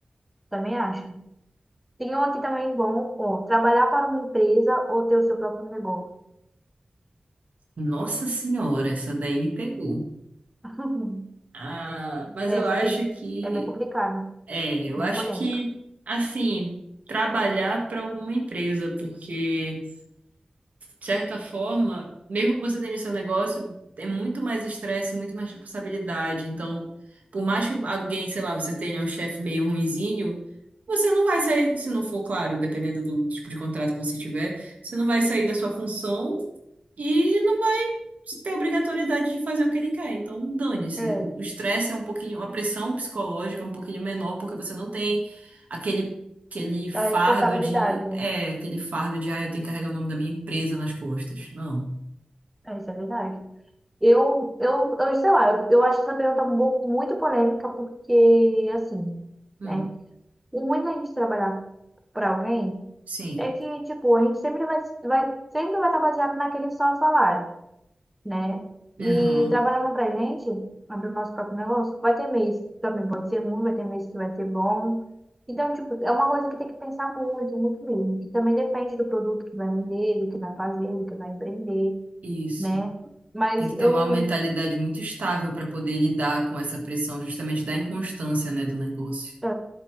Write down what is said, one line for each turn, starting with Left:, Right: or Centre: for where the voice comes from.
Centre: também acho. Tem um aqui também bom, ó, trabalhar para uma empresa ou ter o seu próprio negócio.
Right: Nossa senhora, essa daí me pegou.
Centre: <laughs>
Right: Ah, mas
Centre: É,
Right: eu
Centre: Essa
Right: acho
Centre: aqui
Right: que,
Centre: é bem complicada,
Right: é, eu
Centre: bem
Right: acho
Centre: polêmica.
Right: que, assim, trabalhar para alguma empresa, porque, de certa forma, mesmo que você tenha o seu negócio, é muito mais estresse, muito mais responsabilidade. Então, por mais que alguém, sei lá, você tenha um chefe meio ruinzinho, você não vai sair, se não for, claro, dependendo do tipo de contrato que você tiver, você não vai sair da sua função. E não tem obrigatoriedade de fazer o que ele quer. Então, dane-se.
Centre: É,
Right: O o estresse é um pouquinho, a pressão psicológica é um pouquinho menor, porque você não tem aquele, aquele fardo
Centre: a responsabilidade,
Right: de,
Centre: né?
Right: é, aquele fardo de, ah, eu tenho que carregar o nome da minha empresa nas costas. Não.
Centre: É, isso é verdade. Eu, eu, eu sei lá, eu, eu acho essa pergunta mu- muito polêmica porque, assim,
Right: Hum,
Centre: né? O ruim da gente trabalhar para alguém
Right: sim.
Centre: é que, tipo, a gente sempre vai, vai, sempre vai estar baseado naquele só salário. né? E
Right: Aham.
Centre: trabalhando pra gente, abrindo nosso próprio negócio, vai ter mês que também, pode ser ruim, vai ter mês que vai ser bom. Então, tipo, é uma coisa que tem que pensar muito, muito mesmo. E também depende do produto que vai vender, do que vai fazer, do que vai empreender,
Right: Isso.
Centre: né? Mas
Right: Tem que
Centre: eu,
Right: ter uma mentalidade muito estável para poder lidar com essa pressão, justamente da inconstância, né, do negócio.
Centre: é,